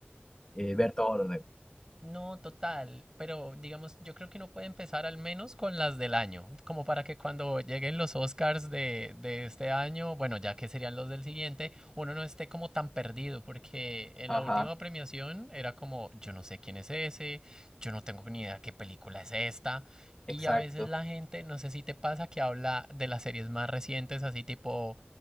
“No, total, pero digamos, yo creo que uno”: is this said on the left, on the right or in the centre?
Right